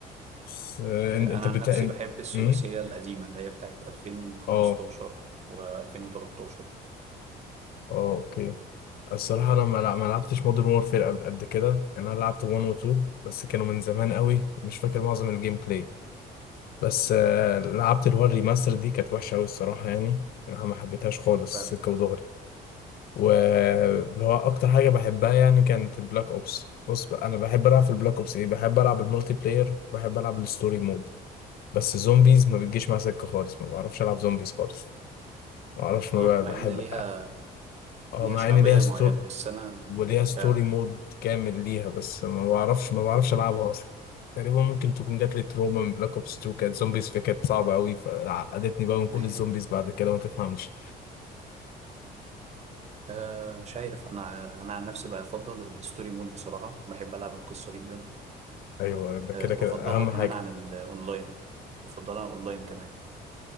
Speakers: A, on the left; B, on the right.
A: بس، آه، انت
B: انا
A: أنت
B: عن
A: بتا...
B: نفسي بحب
A: أنت-
B: الثلاثيه
A: امم
B: القديمه اللي هي بتاعت 2015
A: اه
B: و2013
A: اه اوكي الصراحة أنا ما لع- ما لعبتش مودرن وورفير قبل قد كده يعني أنا لعبت 1 و 2 بس كانوا من زمان قوي ومش فاكر معظم الجيم بلاي بس آه، لعبت اللي هو الريماستر دي كانت وحشة قوي الصراحة يعني أنا ما حبيتهاش خالص
B: فعلا
A: سكة ودغري واللي هو أكتر حاجة بحبها يعني كانت البلاك أوبس بص بقى أنا بحب ألعب في البلاك أوبس إيه بحب ألعب المولتي بلاير وبحب ألعب الستوري مود بس زومبيز ما بتجيش مع سكة خالص ما بعرفش ألعب زومبيز خالص ما بعرفش ما
B: اه مع
A: بحب
B: ان ليها
A: اه
B: ليها
A: مع
B: شعبيه
A: ان ليها ستوري
B: معينه بس انا
A: وليها ستوري
B: فعلا
A: مود كامل ليها بس ما بعرفش ما بعرفش العبها اصلا تقريبا ممكن تكون جات لي تروما من بلاك اوبس 2 كانت زومبيز فيها كانت صعبه قوي فعقدتني بقى من
B: <laughs>
A: كل الزومبيز بعد كده ما تفهمش
B: أه مش عارف انا انا عن نفسي بفضل الستوري مود بصراحه بحب العب القصه جدا
A: ايوه ده
B: أه
A: كده
B: بفضلها
A: كده اهم
B: كمان
A: حاجه
B: عن الاونلاين بفضلها عن الاونلاين كمان